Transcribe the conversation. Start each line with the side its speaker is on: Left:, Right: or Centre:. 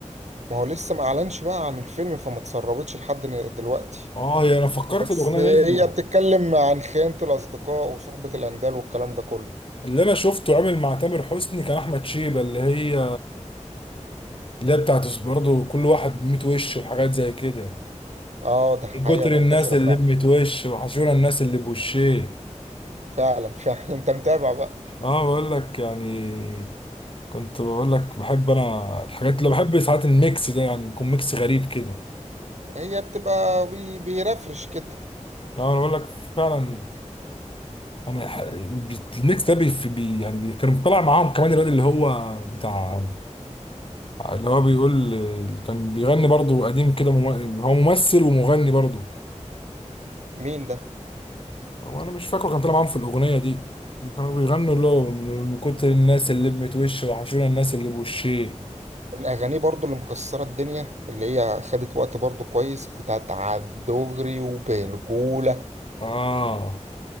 Right: ما هو لسه ما أعلنش بقى عن الفيلم فما تسربتش لحد ن- دلوقتي
Left: آه هي أنا فكرت
Right: بس
Left: الأغنية دي
Right: هي بتتكلم عن خيانة الأصدقاء وصحبة الأندال والكلام ده كله
Left: اللي أنا شفته عامل مع تامر حسني كان أحمد شيبة اللي هي اللي هي بتاعت برضه كل واحد بميت وش وحاجات زي كده
Right: اه ده حقيقة
Left: من كتر
Right: منتشرة
Left: الناس اللي
Right: فعلا
Left: بميت وش وحشونا الناس اللي بوشيه
Right: فعلا فعلا <laughs> انت متابع بقى
Left: آه بقول لك يعني كنت بقول لك بحب أنا الحاجات اللي بحب ساعات الميكس ده يعني يكون ميكس غريب كده
Right: هي بتبقى بي بيرفرش كده
Left: آه أنا بقول لك فعلا يعني ح- الميكس ده بي بي- يعني بي- كان طالع معاهم كمان الواد اللي هو بتاع اللي هو بيقول اللي كان بيغني برضو قديم كده مم... هو ممثل ومغني برضو
Right: مين ده
Left: هو انا مش فاكره كان طلع معاهم في الاغنيه دي كانوا بيغنوا اللي هو من كتر الناس اللي لمت وش وحشونا الناس اللي بوشيه
Right: من الأغاني برضو اللي مكسرة الدنيا اللي هي خدت وقت برضو كويس بتاعت عالدغري وبرجولة
Left: اه